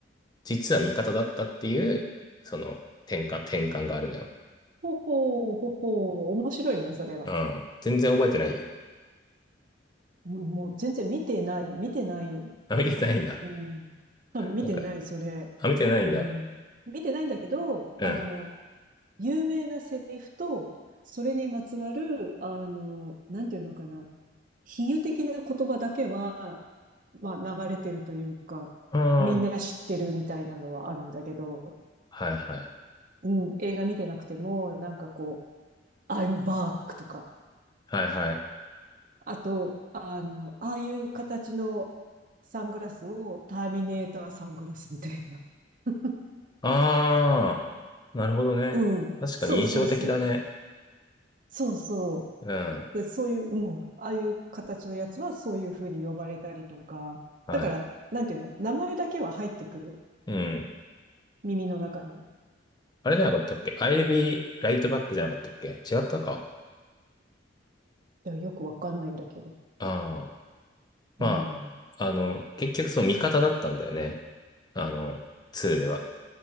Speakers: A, on the left; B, on the right.
A: 実は味方だったっていう、その転換、転換があるのよ。
B: ほほう、ほほう。面白いね、それは。
A: うん。全然覚えてない
B: うんもう全然見てない、見てない。
A: あ、見てないんだ。
B: うん。多分見てない、
A: なんか、
B: それ。
A: あ、見てないんだ。
B: うん。見てないんだけど、
A: うん。
B: あの、有名なセリフと、それにまつわる、あの、なんていうのかな。比喩的な言葉だけは、まあ、流れてるというか、
A: ああ、
B: みんな知ってるみたいなのはあるんだけど、
A: はいはい。
B: うん、映画見てなくても、なんかこう、I'm back とか、
A: はいはい。
B: あと、あの、ああいう形のサングラスをターミネーターサングラスみたいな。<laughs>
A: ああ、なるほどね。
B: うん。
A: 確かに印象的だね。
B: そうそうそう。そうそう。
A: うん。
B: で、そういう、うん。ああいう形のやつはそういう風に呼ばれたりとか。
A: はい。
B: だから、なんていうの、名前だけは入ってくる。
A: うん。
B: 耳の中に。
A: あれじゃなかったっけアイエルビーライトバックじゃなかったっけ違ったか
B: でもよくわかんないんだけど。
A: ああまあ、
B: うん。
A: あの、結局そう味方だったんだよね。あの、2では。